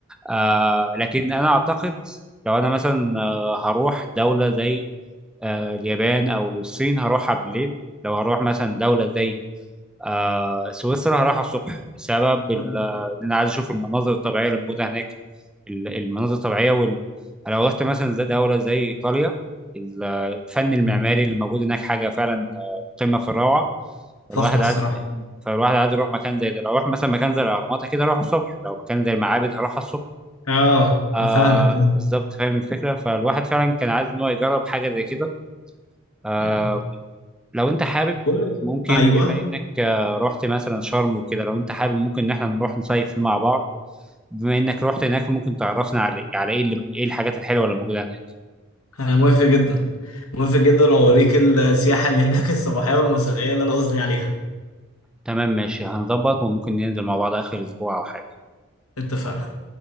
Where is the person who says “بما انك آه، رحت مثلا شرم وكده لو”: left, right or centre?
Centre